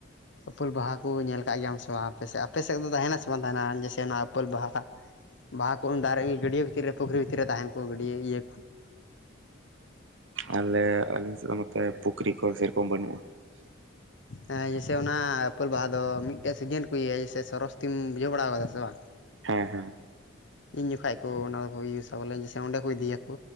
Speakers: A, on the left; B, on the right.
A: ᱩᱯᱟᱞ ᱵᱟᱦᱟ ᱠᱚ ᱧᱮᱞ ᱠᱟᱜ ᱜᱮᱭᱟᱢ ᱥᱮ ᱵᱟᱝ ᱟᱯᱮᱥ ᱟᱯᱮ ᱥᱮᱫ ᱫᱚ ᱛᱟᱦᱮᱱᱟ ᱥᱮ ᱵᱟᱝ ᱛᱟᱦᱮᱱᱟ ᱡᱮᱥᱮ ᱚᱱᱟ ᱟᱹᱯᱞ ᱵᱟᱦᱟ ᱵᱟᱦᱟ ᱠᱚ ᱫᱟᱨᱮ ᱜᱟᱹᱰᱟᱹ ᱵᱷᱤᱛᱤᱨ ᱨᱮ ᱯᱩᱠᱷᱨᱤ ᱵᱷᱤᱛᱤᱨ ᱨᱮ ᱛᱟᱦᱮᱱ ᱠᱚ ᱜᱟᱹᱰᱟ, ᱭᱟᱹ ᱤᱭᱟᱹ ᱠᱚ
B: ᱟᱞᱮ ᱟᱹᱞᱤᱧ ᱥᱮᱫ ᱫᱚ ᱱᱚᱛᱮ ᱯᱩᱠᱷᱨᱤ ᱠᱚ ᱥᱮᱨᱚᱠᱚᱢ ᱵᱟᱹᱱᱩᱜᱼᱟ <inaudible>
A: ᱦᱮᱸ ᱡᱮᱭᱥᱮ ᱚᱱᱟ ᱟᱹᱯᱞ ᱵᱟᱦᱟ ᱫᱚ ᱢᱤᱫᱴᱮᱱ ᱥᱤᱡᱤᱱ ᱨᱮᱠᱚ ᱤᱭᱟᱹᱭᱟ ᱡᱮᱭᱥᱮ ᱥᱚᱨᱚᱥᱚᱛᱤᱢ ᱵᱩᱡᱷᱟᱹᱣ ᱵᱟᱲᱟ ᱠᱟᱫᱟ ᱥᱮ ᱵᱟᱝ
B: ᱦᱮᱸ ᱦᱮᱸ
A: ᱤᱧ ᱡᱚᱠᱷᱚᱱ ᱠᱚ ᱚᱱᱟᱠᱚ ᱤᱭᱩᱟ ᱵᱚᱞᱮ ᱥᱮ ᱚᱸᱰᱮ ᱠᱚ ᱤᱫᱤᱭᱟᱠᱚ